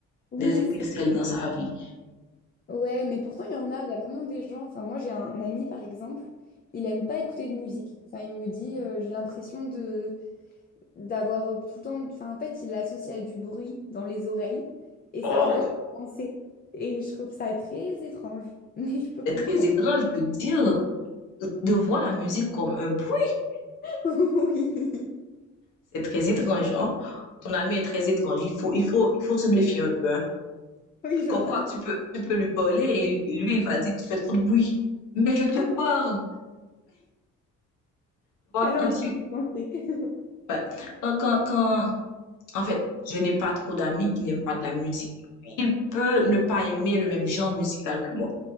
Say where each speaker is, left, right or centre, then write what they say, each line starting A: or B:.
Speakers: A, on the left (about 30°); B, on the left (about 85°).
A: Oui,
B: des étincelles
A: c'est
B: dans sa vie.
A: ouais, mais pourtant il y en a, il y a vraiment des gens. Enfin, moi j'ai un ami par exemple, il aime pas écouter de musique. Enfin, il me dit euh, j'ai l'impression de d'avoir euh, tout le temps. Enfin, en fait, il l'associe à du bruit dans les oreilles et
B: Oh,
A: ça l'empêche de penser. Et je trouve ça très étrange, <laughs> mais je peux
B: c'est
A: comprendre.
B: très étrange de dire, de voir la musique comme un bruit.
A: <laughs> Oui,
B: C'est très étrange, hein? Ton ami est très étrange. Il faut, il faut, il faut se méfier un peu, hein.
A: oui, je
B: Comme
A: pense.
B: quoi, tu peux, tu peux lui parler et lui, il va dire, tu fais trop de bruit. Mais je te parle. Tu vois,
A: Ça l'empêche
B: Quand tu,
A: de penser. <laughs>
B: Ouais. Quand, quand, quand, en fait, je n'ai pas trop d'amis qui n'aiment pas de la musique. Il peut ne pas aimer le même genre musical que moi,